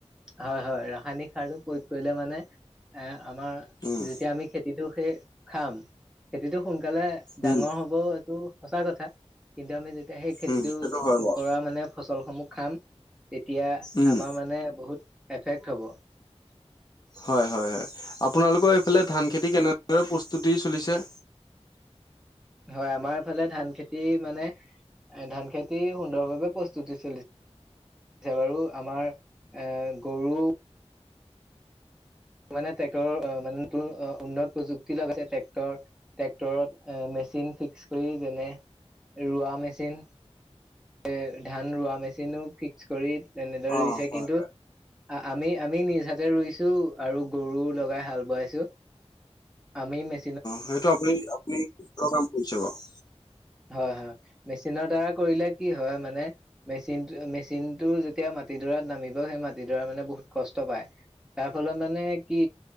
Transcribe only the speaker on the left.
উম
উম
উম সেইটো হয় বাৰু
উম
হয়, হয়, হয়, আপোনালোকৰ এইফালে ধান খেতি কেনে ৰে প্ৰস্তুতি চলিছে।
অ
হয়
সেইটো আপুনি, আপুনি কিহৰ কাম কৰিছে বাৰু?